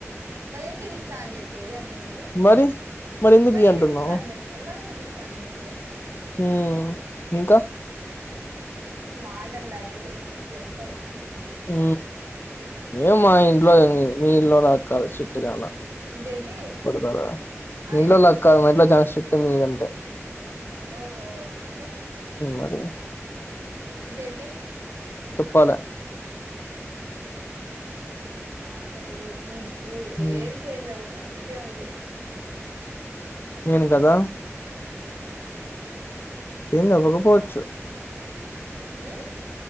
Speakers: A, on the right; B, on the left.
A: మళ్ళీ ఎందుకు ఇస్తా అని చెప్పేది అని నేను
B: మరి? మరెందుకు
A: మలిందు
B: ఇయ్యి అంటున్నావు?
A: కిస్తా అ చెప్తా మలందకిిస్తా స్త చెప్తో
B: హ ఇంకా
A: మాటలు దాటేసే కొ మ చెప్తావు
B: ఉ ఏ మా ఇంట్లో మీ ఇళ్లల్లో లా కాదు చిట్టి దాన
A: ఏంటేంటి
B: పడతారా
A: ఆ
B: మీ
A: ఏంటి
B: ఇళ్ళలోల కాదు మా ఇంట్లో చాలా స్ట్రీట్ మీ కంటే
A: ఓహో సరే
B: మరి
A: ఇంకేంటి
B: చెప్పాల
A: నీ మాటలు నీ నువ్వు
B: హ్మ్.
A: ఏం చేంజ్ అవవ్ అంతే ఉడు
B: నేను కదా
A: ఉమ్ నువ్వే
B: చేంజ్ అవ్వకపోవచ్చు
A: ఉమ్మ్